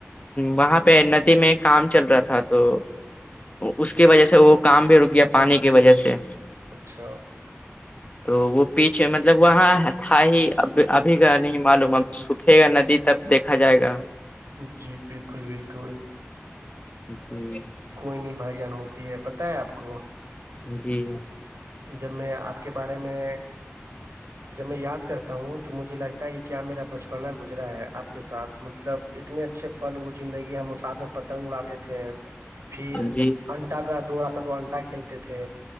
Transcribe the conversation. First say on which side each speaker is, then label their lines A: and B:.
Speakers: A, on the left (about 30°); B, on the right (about 90°).
A: وہاں پہ ندی میں کام چل رہا تھا تو اس کی وجہ سے وہ کام بھی رکیا پانی کی وجہ سے
B: اوچھاؤ <unintelligible>
A: تو وہ پیچھے مطلب وہاں تھا ہی اب ابھی کا نہیں معلوم اب سکھے گا ندی تب دیکھا جائے گا
B: جی بالکل بالکل
A: جی <inaudible>
B: کوئی نہیں بھائی جان ہوتی ہے پت ہے آپ کو
A: جی <inaudible>
B: جب میں آپ کے بارے میں جب میں یاد کرتا ہوں تو مجھے لگتا ہے کیا میرا بچپنا گزرا ہے آپ کے ساتھ مطلب اتنے اچھے پل وہ زندگی ہم اس ساتھ میں پتنگ اڑاتے تھے پھر
A: جی
B: انٹا کا دوور آتا تو انٹا کھیلتے تھے